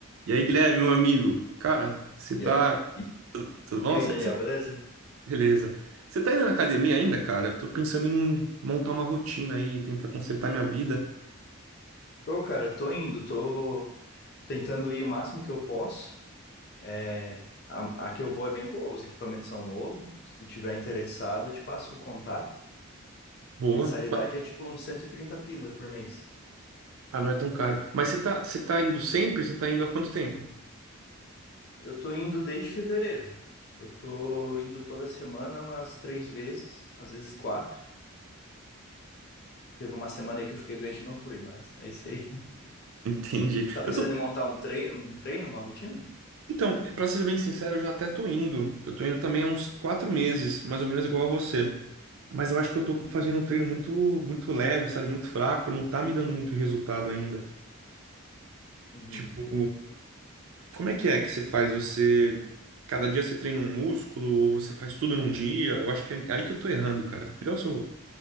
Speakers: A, on the right (about 65°); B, on the left (about 45°).
A: E aí, Guilherme, meu amigo, cara, você
B: E
A: tá.
B: a- e-
A: Tudo tudo bom?
B: e aí,
A: Cê-
B: Daniel,
A: cê-
B: beleza?
A: Beleza. Você tá indo na academia ainda, cara? Eu tô pensando em montar uma rotina aí, tentar consertar minha vida.
B: Tô, cara, tô indo, tô tentando ir o máximo que eu posso. É, a, a que eu vou é bem boa, os equipamentos são novos. Se tu tiver interessado, eu te passo o contato.
A: Boa.
B: A mensalidade
A: Ma-
B: é tipo uns 130 pila por mês.
A: Ah, não é tão caro. Mas você tá, você tá indo sempre? Você tá indo há quanto tempo? <laughs>
B: Eu tô indo desde fevereiro. Eu tô indo toda semana umas três vezes, às vezes quatro. Teve uma semana aí que eu fiquei doente e não fui, mas é isso aí. <laughs>
A: Entendi.
B: Você tá pensando
A: Eu tô.
B: em montar um treino, um treino, uma rotina?
A: Então, pra ser bem sincero, eu já até tô indo. Eu tô indo também há uns quatro meses, mais ou menos igual a você. Mas eu acho que eu tô
B: Uhum,
A: fazendo um treino muito, muito leve, sabe? Muito fraco, não tá me dando muito resultado ainda.
B: uhum.
A: Tipo. Como é que é que você faz? Você. Cada dia você treina um músculo ou você faz tudo num dia? Eu acho que é aí que eu tô errando,
B: Uhum.
A: cara. Me dá o seu.